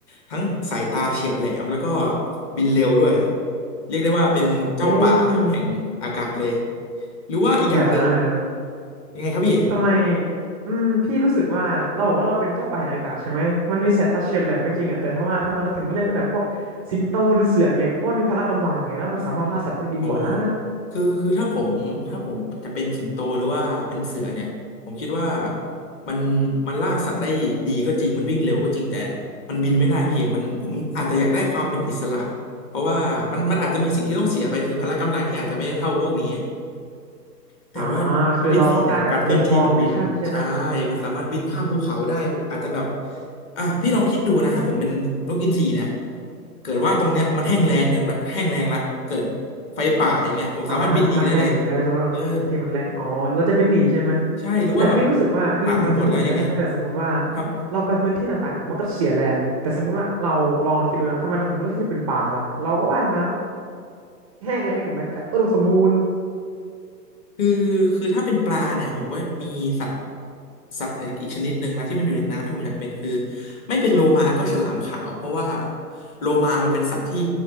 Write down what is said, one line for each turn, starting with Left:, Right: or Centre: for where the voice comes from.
Left: ทั้งสายตาเฉียบแหลมแล้วก็บินเร็วด้วยเรียกได้ว่าเป็นเจ้าป่าแห่งอากาศเลย
Right: เอ๊ะ
Left: หรือว่าอีกอย่างหนึ่ง
Right: เดี๋ยวนะ เดี๋ยวนะ
Left: ยังไงครับพี่
Right: ทำไม อืม พี่รู้สึกว่า เราบอกว่าเราเป็นเจ้าป่าแห่งอากาศใช่ไหม มันมีสายตาเฉียบแหลมก็จริงอ่ะแต่ถ้าว่าทำไมเราถึงไม่เรียกเป็นแบบพวกสิงโตหรือเสือเงี้ยเพราะมันมีพละกำลังไงแล้วมันสามารถล่าสัตว์ได้ดีกว่านะ
Left: โอ้คือคือถ้าผม ถ้าผมจะเป็นสิงโตหรือว่าเป็นเสือเนี่ยผมคิดว่า มันมันล่าสัตว์ได้ดีก็จริงมันวิ่งเร็วก็จริง แต่ มันบินไม่ได้พี่มันผมอาจจะอยากได้ความเป็นอิสระ เพราะว่ามันมันอาจจะมีสิ่งที่ต้องเสียไป คือพละกำลังที่อาจจะไม่ได้เท่าพวกนี้ แต่ว่านกเอ็นซีเนี่ยการเคลื่อนที่มันบินใช่
Right: อ่าคือเราต้องการแบบมุมมองวิชั่นใช่ไหม
Left: มันสามารถบินข้ามภูเขาได้อาจจะแบบอ่ะพี่ลองคิดดูนะถ้าผมเป็นนกอินทรีนะเกิดว่าตรงเนี้ยมันแห้งแล้งเกินไปแห้งแล้งละเกิดไฟป่าอย่างเงี้ยผมสามารถบินหนีได้เลย
Right: อ่าฮะมันแห้งเออสำหรับพื้นที่มันแรงอ๋อเราจะบินหนีใช่ไหม
Left: เออใช่หรือว่าแบบ
Right: แต่พี่รู้สึกว่าคือถึงเราจะบินหนีได้ใช่ไหมแต่สมมติว่า
Left: อ่านมันหมดแล้วอย่างเงี้ยครับ
Right: เราไปพื้นที่ต่างๆเนี่ยมันก็เสียแรงแต่สมมติว่าเราลองคิดดูนะทำไมเราถึงไม่เลือกที่จะเป็นป่าล่ะเราก็ว่ายน้ำแห้งแล้งถูกไหมก็อุดมสมบูรณ์
Left: คือคือถ้าเป็นปลาเนี่ยผมก็มีสัตว์สัตว์อีกชนิดหนึ่งนะที่มันอยู่ในน้ำที่ผมอยากเป็นคือไม่เป็นโลมาก็ฉลามขาวเพราะว่าโลมามันเป็นสัตว์ที่